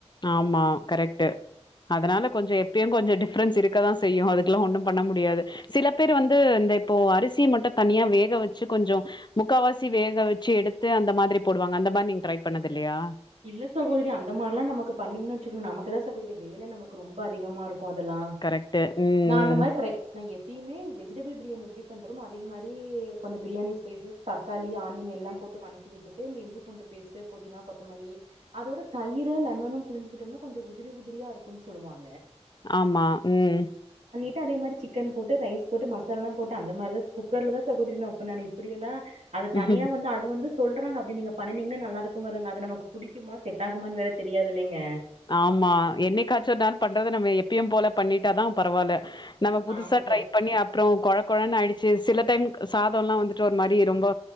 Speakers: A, on the left; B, on the right.
A: ஆமா கரெக்ட்டு அதனால கொஞ்சோ எப்பயு கொஞ்சோ டிஃப்ரன்ஸ் இருக்கதா செய்யு அதுக்லா ஒண்ணும் பண்ண முடியாது சில பேரு வந்து இந்த இப்போ அரிசி மட்டு தனியா வேக வச்சு கொஞ்சோ முக்காவாசி வேக வெச்சு எடுத்து அந்த மாதிரி போடுவாங்க அந்த மாரி நீங்க ட்ரை பண்ணது இல்லையா
B: இல்ல சகோதரி அந்த மார்ல்லா நமக்கு பண்ணீங்கன்னு வச்சுக்கோங்க நமக்குதா சகோதரி வேல நமக்கு ரொம்ப அதிகமா இருக் கோ அதெல்லா
A: கரெக்ட்டு ம்
B: நா அந்த
A: ம்
B: மாரி ட்ரை நா எப்யுமே வெஜிடபிள் பிரியாணி எப்டி பண்றோமோ அதே அதே மாரி கொஞ்சோ பிரியாணி ஸ்பைஸஸ் தக்காளி ஆனியன் எல்லா போட்டு வணக்கி விட்டுட்டு இந்த இஞ்சி பூண்டு பேஸ்டு புதினா கொத் த்தமல்லி அதோட தயிரு லெமனு புழிஞ்கிட்டோம்னா கொஞ்ச உதிரி உதிரியா இருக்கும்ன்னு சொலுவாங்க
A: ஆமா உம்
B: டு அதே மாரி சிக்கன் போட்டு ரைஸ் போட்டு மசாலாலா போட்டு அந்த மாரிதா ச குக்கர்ல தா சகோதரி நா நானு இப்பிடியெல்லா அது தனியா
A: ம்
B: வந்து அது வந்து சொல்றாங்க அப்டி நீங்க பண்ணீங்கனா நல்லா இருக்குங்கறனால அது நம்ம புடிக்குமா செட் ஆாகுமான்னு வேற தெரியாதில்லைங்க
A: ஆமா என்னைக்காச்சு ஒரு நாள் பண்றத நம்ம எப்பயும் போல பண்ணிட்டாதா பரவால்ல நம்ம புதுசா
B: ஆமா சகோ
A: ட்ரை பண்ணி அப்ரோ கொழ கொழன்னு ஆயிடுச்சு சில டைம் சாதோலா வந்துட்டு ஒரு மாரி ரொம்ப